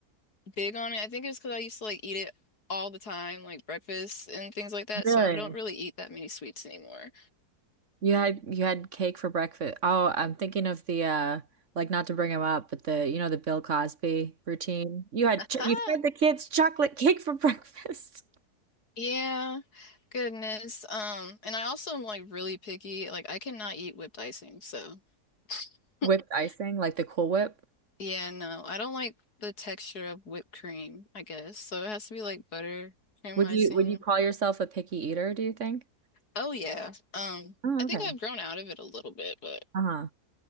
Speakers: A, on the left (about 75°); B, on the right (about 50°).
A: big on it. I think it's because I used to like eat it all the time, like breakfast and things like that.
B: Really?
A: So I don't really eat that many sweets anymore.
B: You had you had cake for breakfast. Oh, I'm thinking of the uh like not to bring him up, but the you know the Bill Cosby routine. You had
A: <laughs>
B: ch
A: Haha.
B: you fed the kids chocolate cake for <laughs> breakfast.
A: Yeah. Goodness. Um, and I also am like really picky. Like I cannot eat whipped icing. So
B: Whipped
A: <laughs>
B: icing, like the Cool Whip.
A: yeah, no. I don't like the texture of whipped cream, I guess. So it has to be like butter, cream
B: Would
A: icing.
B: you would you call yourself a picky eater, do you think?
A: Oh yeah. Um,
B: Oh,
A: I think
B: okay.
A: I've grown out of it a little bit, but
B: Uh-huh.